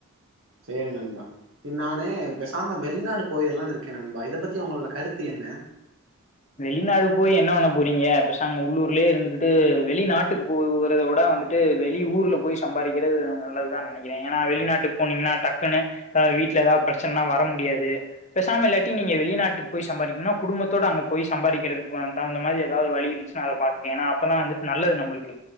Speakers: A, on the right; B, on the left.
A: சேரி நண்பா இ நானு பேசாம வெளிநாடு போயில்லானு இருக்கே நண்பா இத பத்தி உங்களோட கருத்து என்ன
B: வெளிநாடு போய் என்ன பண்ண போறீங்க பேசாம உள்ளூர்லயே இருந்துகிட்டு வெளிநாட்டுக்கு போறத விட வந்துட்டு வெளி ஊர்ல போய் சம்பாரிக்கிறது நல்லதுதா நெனைக்கிறே ஏன்னா வெளிநாட்டுக்கு போனீங்கன்னா டக்குன்னு வீட்ல ஏதாவது பிரச்சனனா வர முடியாது பேசாம இல்லாட்டி நீங்க வெளிநாட்டுக்கு போய் சம்பாரிக்கணுனா குடும்பத்தோட அங் போய் சம்பாதிக்கிறதுக்கு தகுந்த மாரி ஏதாவது வழி இருந்துச்சுன்னா அத பாத்துக்கே ஏன்னா அப்பதா வந்துட்டு நல்லது நம்மளுக்கு